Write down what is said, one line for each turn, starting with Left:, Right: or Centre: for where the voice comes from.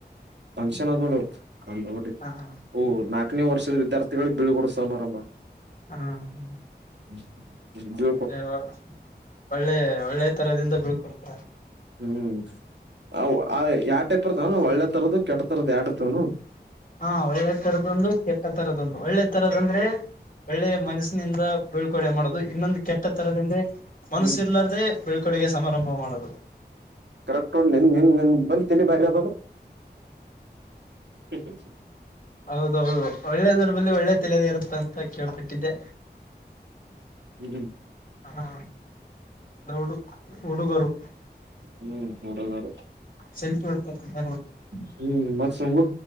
Right: ಫನ್ಕ್ಷನ್ ಅ ನೋ ಇತ್
Left: ಹ ಹ
Right: ಓ ನಾಲ್ಕನೇ ವರ್ಷದ ವಿದ್ಯಾರ್ಥಿಗಳಿಗೆಗ್ ಬಿಳ್ಗಡ ಸಮಾರಂಭ
Left: ಹಾ ಹ
Right: ಹ
Left: ಅ ಒಳ್ಳೆ ಒಳ್ಳೆ ತರದಿಂದ ಬೀಳ್ಕೊಡ್ತ
Right: ಹ್ಮ್ ಯಾವ ಟೈಪ್ರ್ತವ ಒಳ್ಳೆ ತರದ ಕೆಟ್ಟ ತರದ ಯಡ್ತವನು
Left: ಹಾ ಒಳ್ಳೆ ತರದೊಂದು ಕೆಟ್ಟ ತರದೊಂದು ಒಳ್ಳೆ ತರದ ಅಂದ್ರೆ ಒಳ್ಳೆ ಮನಸ್ಸಿನಿಂದ ಬೀಳ್ಕಡೆ ಮಾಡುದು ಇನ್ನೊಂದು ಕೆಟ್ಟ ತರದಿಂದೆ ಮನಸ್ಸ
Right: ಹ್ಮ್
Left: ಇರ್ಲಾರದೆ ಬಿಳ್ಕುಡೆಗೆ ಸಮಾರಂಭ ಮಾಡುದು
Right: ಕರೆಕ್ಟ್ ಒ ನಿ ನಿ ನಿ ಬ ತಿನಿ ಬಾರಿ ಅದು ಹ್ಮ ಹ್ಮ ಹ
Left: ಹೌದೌದು ಒಳ್ಳೆದರಲ್ಲಿ ಒಳ್ಳೆ ತಲದ ಇರುತ್ತೆ ಅಂತ ಕೇಳ್ಪಿಟ್ಟಿದ್ದೆ
Right: ಹ್ಮ್ಮ
Left: ಹಾ ನ ಹಡು ಹುಡುಗರು
Right: ಹ್ಮ್ ಹುಡದಾರ
Left: ಸೆಲ್ಫಿ ಹೊಡ್ಕೊಂತ
Right: ಹ್ಮ್ ಮತ್ತ್ ಸಂಗು